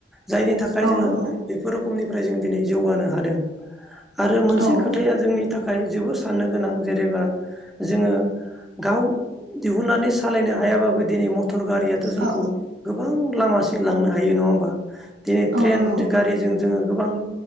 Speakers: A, in the centre; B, on the right.
A: जायनि थाखाय जोङो
B: औ नंगौ
A: बेफोर रोखोमनिफ्राय जों दिनै जौगानो हादों। आरो मोनसे
B: औ
A: खोथाया जोंनि थाखाय जोबोद साननो गोनां जेरेबा जोङो गाव दिहुननानै सालायनो हायाबाबो दिनै मटर गारियाथ' जोंखौ
B: औ
A: गोबां लामासिम लांनो हायो नङा होमबा। दिनै
B: औ
A: ट्रेन
B: नंगौ
A: जो गारिजों जोङो गोबां